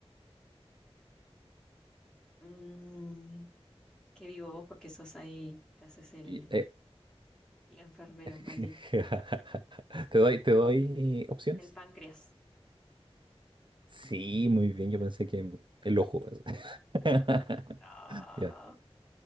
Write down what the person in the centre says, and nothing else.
mm, qué vivo vos porque sos ahí, te haces el,
el enfermero,
maldito.
El,
el páncreas.
No,